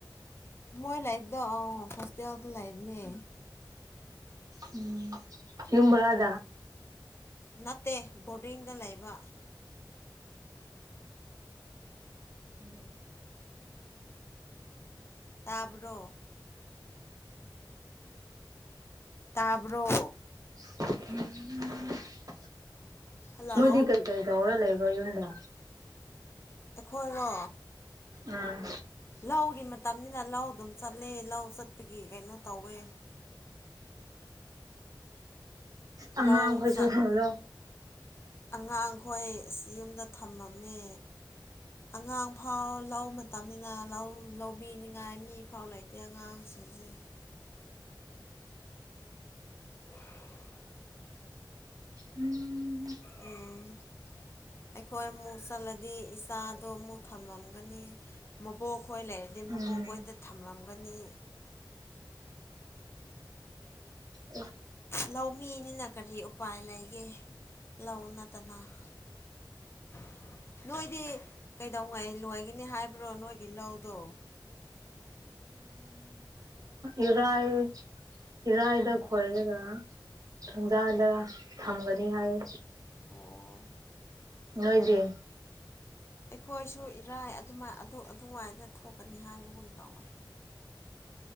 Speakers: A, on the left; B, on the right.
A: ꯃꯣꯏ ꯂꯥꯏꯕꯗ ꯍꯣꯁꯇꯦꯜ ꯂꯥꯏꯕꯅꯦ
B: ꯎꯝ ꯅꯤꯡꯕꯗ
A: ꯅꯠꯇꯦ ꯕꯣꯔꯗꯤꯡꯗ ꯂꯩꯕ
B: ꯎꯝ
A: ꯇꯥꯕ꯭ꯔꯣ ꯇꯥꯕ꯭ꯔꯣ
B: ꯎ
A: ꯍꯜꯂꯣ
B: ꯃꯖꯤ ꯀꯩ ꯇꯥꯏꯗ ꯑꯣꯔꯂ ꯏꯕ ꯌꯟꯗ
A: ꯑꯩꯈꯣꯏꯔꯣ
B: ꯎꯝ
A: ꯂꯧꯒꯤ ꯃꯇꯝꯅꯤꯅ ꯂꯧ ꯑꯗꯨꯝ ꯆꯠꯂꯦ ꯂꯧ ꯆꯠꯄꯒꯤ ꯀꯩꯅꯣ ꯇꯧꯋꯦ
B: ꯑꯉꯥꯡꯈꯣꯏꯁꯨꯂꯣ
A: ꯂꯧ ꯆꯠ ꯑꯉꯥꯡꯈꯣꯏ ꯑꯁ ꯌꯨꯝꯗ ꯊꯝꯃꯝꯃꯦ ꯑꯉꯥꯡ ꯐꯥꯎ ꯂꯧ ꯃꯇꯝꯅꯤꯅ ꯂꯧ ꯂꯧꯕꯤꯅꯤꯡꯉꯥꯏ ꯃꯤ ꯐꯥꯎ ꯂꯩꯇꯦ ꯑꯉꯥꯡ ꯁꯤꯖꯦ <unintelligible>
B: ꯎꯝ
A: ꯎ ꯑꯩꯈꯣꯏ ꯑꯃꯨꯛ ꯆꯠꯂꯗꯤ ꯏꯆꯥꯗꯣ ꯑꯃꯨꯛ ꯊꯝꯂꯝꯒꯅꯤ ꯃꯕꯣꯛ ꯈꯣꯏ ꯂꯩꯔꯗꯤ ꯃꯕꯣꯛ
B: ꯎꯝ
A: ꯈꯣꯏꯇ ꯊꯝꯂꯝꯒꯅꯤ
B: ꯎ
A: ꯂꯧꯃꯤꯅꯤꯅ ꯀꯔꯤ ꯎꯄꯥꯏ ꯂꯩꯒꯦ ꯂꯧ ꯅꯠꯇꯅ <unintelligible> ꯅꯣꯏꯗꯤ ꯀꯩꯗꯧꯉꯩ ꯂꯣꯏꯒꯅꯤ ꯍꯥꯏꯕ꯭ꯔꯣ ꯅꯣꯏꯒꯤ ꯂꯧꯗꯣ
B: ꯏꯔꯑ ꯏꯔꯥꯏꯗ ꯈꯣꯏꯔꯒ ꯊꯪꯖꯥꯗ ꯊꯝꯒꯅꯤ ꯍꯥꯏꯌꯦ
A: ꯑꯣ
B: ꯅꯣꯏꯗꯤ
A: ꯑꯩꯈꯣꯏꯁꯨ ꯏꯔꯥꯏ ꯑꯗꯨꯃꯥꯏ ꯑꯗꯨ ꯑꯗꯨꯋꯥꯏꯗ ꯊꯣꯛꯀꯅꯤ ꯍꯥꯏꯕꯒꯨꯝ ꯇꯧꯋꯤ